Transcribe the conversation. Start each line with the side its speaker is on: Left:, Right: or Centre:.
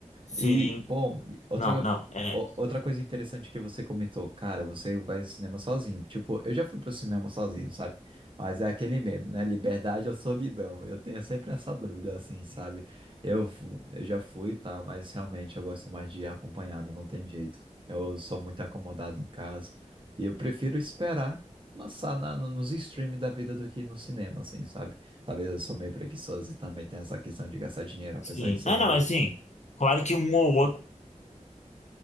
Left: Sim.
Right: E, bom, outra,
Left: Não, não. é,
Right: o- outra coisa interessante que você comentou, cara, você vai ao cinema sozinho. Tipo, eu já fui pro cinema sozinho, sabe? Mas é aquele meme, né? Liberdade ou solidão? Eu tenho sempre essa dúvida, assim, sabe? Eu, fu- eu já fui, tá? Mas realmente eu gosto mais de ir acompanhado, não tem jeito. Eu sou muito acomodado em casa e eu prefiro esperar lançar na, no- nos streams da vida do que ir no cinema, assim, sabe? Talvez eu sou meio preguiçoso e também tenho essa questão de gastar dinheiro, apesar
Left: Sim.
Right: de ser
Left: Ah,
Right: meio.
Left: não, assim, claro que um ou outro,